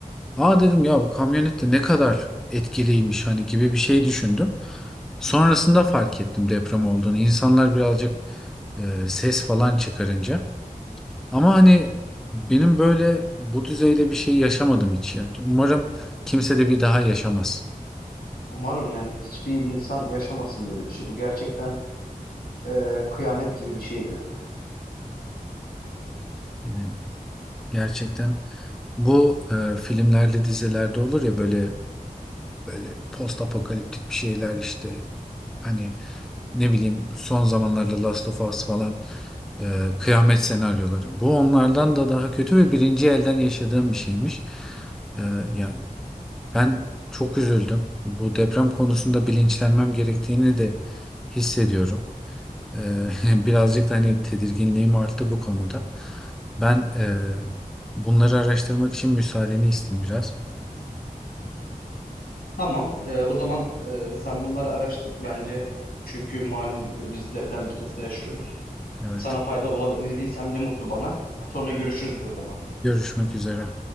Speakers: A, in the centre; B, on the left (about 75°).
A: aa dedim ya bu kamyonet de ne kadar etkiliymiş hani gibi bir şey düşündüm. Sonrasında fark ettim deprem olduğunu. İnsanlar birazcık e, ses falan çıkarınca. Ama hani benim böyle bu düzeyde bir şey yaşamadım hiç ya. Umarım kimse de bir daha yaşamaz.
B: Umarım yani hiçbir insan yaşamasın böyle bir şey. Bu gerçekten e, kıyamet gibi bir şeydi.
A: Yani gerçekten bu e, filmlerde dizilerde olur ya böyle böyle post apokaliptik bir şeyler işte hani ne bileyim son zamanlarda Last of Us falan e, kıyamet senaryoları. Bu onlardan da daha kötü ve birinci elden yaşadığım bir şeymiş. E, yani ben çok üzüldüm. Bu deprem konusunda bilinçlenmem gerektiğini de hissediyorum. E, <laughs> birazcık da hani tedirginliğim arttı bu konuda. Ben e, bunları araştırmak için müsaadeni isteyeyim biraz.
B: Tamam, e, o zaman e, sen bunları araştır bence. Çünkü malum e, biz deprem ülkesinde yaşıyoruz.
A: Evet.
B: Sana faydalı olabildiysem ne mutlu bana. Sonra görüşürüz o zaman.
A: Görüşmek üzere.